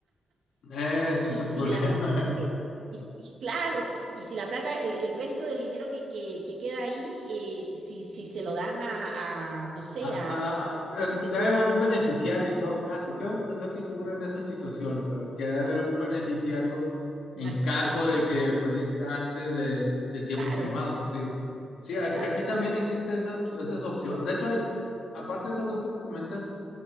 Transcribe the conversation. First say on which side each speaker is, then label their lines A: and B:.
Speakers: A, on the left; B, on the right.
A: Eso
B: y
A: es el
B: si
A: problema.
B: la... que-
A: <laughs>
B: Y, y claro, y si la plata, el, el resto del dinero que, que, que queda ahí, eh, si, si se lo dan a, a, no sé,
A: Ah,
B: a alguna persona
A: ah, ah, es que
B: que
A: debe
B: tú
A: haber un beneficiario en todo caso. Quiero pensar que cubren esas situaciones, ¿verdad? que debe haber algún beneficiario en
B: imagino
A: caso
B: que sí,
A: de que fallezca antes de- del tiempo
B: claro,
A: estimado. Sí, sí, aquí,
B: claro,
A: aquí también existe esa, op- esas opciones. De hecho, hay, aparte de esas dos que comentas,